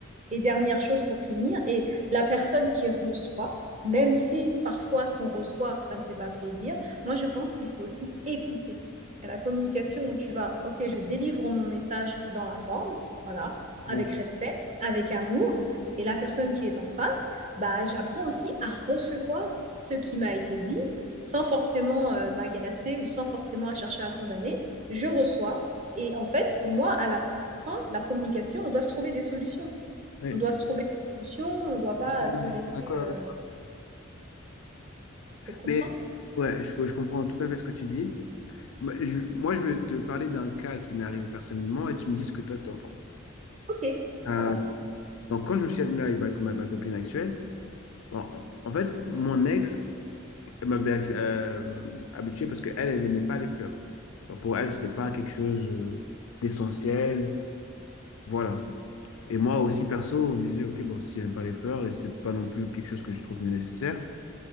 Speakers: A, on the right; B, on the left.
A: Et dernière chose pour finir, et la personne qui reçoit, même si parfois ce qu'on reçoit, ça ne fait pas plaisir, moi je pense qu'il faut aussi écouter. Et la communication où tu vas, ok, je délivre mon message dans la forme, voilà, avec
B: oui,
A: respect, avec amour, et la personne qui est en face, bah, j'apprends aussi à recevoir ce qui m'a été dit sans forcément euh, m'agacer ou sans forcément à chercher à condamner. Je reçois. Et en fait, pour moi, à la fin, la communication, on doit se trouver des solutions.
B: oui,
A: On doit se trouver des solutions, on ne doit pas
B: absolument.
A: euh, se laisser.
B: D'accord
A: euh,
B: avec toi.
A: Je comprends.
B: Mais Ouais, je, ouais, je comprends tout à fait ce que tu dis. Moi, je moi, je vais te parler d'un cas qui m'est arrivé personnellement et tu me dis ce que toi, tu en penses.
A: Ok,
B: Euh,
A: ça va.
B: donc, quand je me suis admis avec ma, ma- ma copine actuelle, bon, en, en fait, mon ex elle m'avait euh, habitué parce qu'elle, elle n'aimait pas les fleurs. Genre, pour elle, c'était pas quelque chose euh, d'essentiel. Voilà. Et moi aussi, perso, je me disais, OK, bon, si elle n'aime pas les fleurs, et c'est pas non plus quelque chose que je trouve nécessaire.